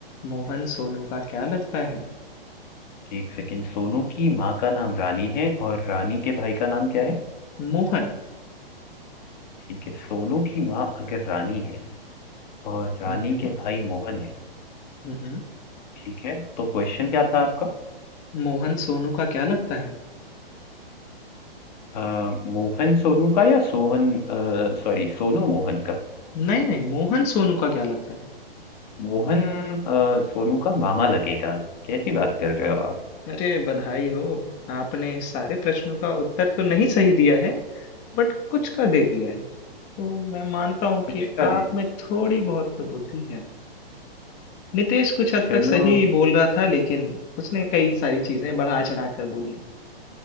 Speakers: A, on the left; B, on the left.
A: मोहन सोनू का क्या लगता है
B: एक सेकंड सोनू की माँ का नाम रानी है और रानी के भाई का नाम क्या है?
A: मोहन
B: ठीक है सोनू की माँ अगर रानी है और रानी
A: हम्म
B: के भाई मोहन है
A: हम्म हम्म।
B: ठीक है तो क्वेश्चन क्या था आपका?
A: मोहन सोनू का क्या लगता है
B: अ, मोहन सोनू का या सोहन सॉरी सोनू मोहन का
A: नहीं नहीं मोहन सोनू का क्या लगता है
B: मोहन अ, सोनू का मामा लगेगा कैसी बात कर रहे हो आप
A: अरे बधाई हो आपने सारे प्रश्नों का उत्तर तो नहीं सही दिया है बट कुछ का दे दिया है तो मैं मानता हूँ
B: कुछ
A: कि
B: का नहीं
A: आप में थोड़ी बहुत तो बुद्धि है नितेश कुछ हद
B: चलो
A: तक सही बोल रहा था लेकिन उसने कई सारी चीजें बढ़ा चढ़ा कर बोली